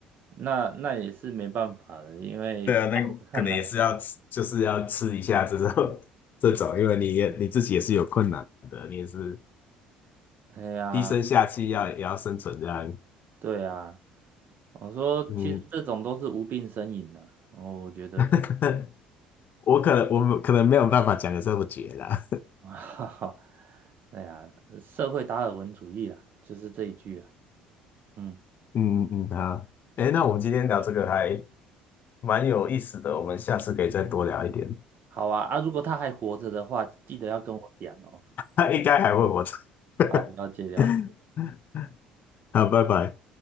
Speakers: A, on the right; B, on the left.
A: 那那也是没办法的，因为在我看来，
B: <laughs> 对啊，那可能也是要吃，就是要吃一下这种 <laughs> 这种，因为你也你自己也是有困难的，你也是
A: 哎呀，
B: 低声下气要也要生存这样。
A: 对呀，我说其实这种都是无病呻吟的，
B: 嗯，
A: 然后我觉得，
B: <laughs> 我可能我们可能没有办法讲的这么绝啦。
A: <laughs> 哈哈，哎呀，社会达尔文主义啊，就是这一句啊，嗯，
B: <laughs> 嗯嗯，好，诶，那我们今天聊这个还蛮有意思的，我们下次可以再多聊一点。
A: 好啊，啊，如果他还活着的话，记得要跟我讲哦，
B: 他应该还问我这
A: 好，
B: 个，
A: 了解了解。
B: <laughs> 好，拜拜。